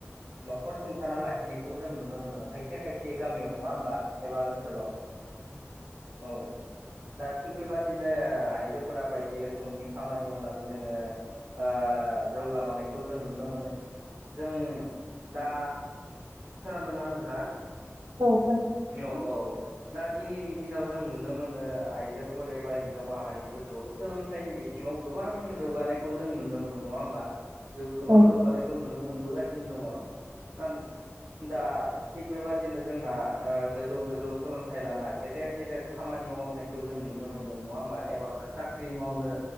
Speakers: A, on the right; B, on the right.
A: न'खर सुंथाना लाखिनायखौ जों नुनो मोनो। खायसे खायसे गामियाव नङा होम बा एबा ओनसोलाव।
B: <inaudible>
A: औ दा थिग बेबादिनो ओ आइजोफोरा बायदि रोखोमनि खामानि मावनानै जोङो ओ जौगालांनायखौ जों नुनो मोनो। जों दा खोनादोंना नोंथाङा?
B: औ खोनादों नोंथां
A: औ औ दा दिनैनि दिनाव जों नुनो मोनो आइजोफोर एबा हिनजाव माहारिफोरखौ सोलोंथाइनि बिथिङाव गोबां जौगा नायखौ जों नुनो मोनो नङा होमबा? जौ गोबां
B: औ
A: जौगानायखौ नुनो मोनबोगासिनो दङ। ओन दा थिग बेबायदिनो जोंहा ओ गोजौ‌ गोजौ सोलोंथाइ लाना गेदेर गेदेर खामानि नि मावलांनायखौ जों नुनो मोनदों नङा होमबा। एबा साख्रि मावनो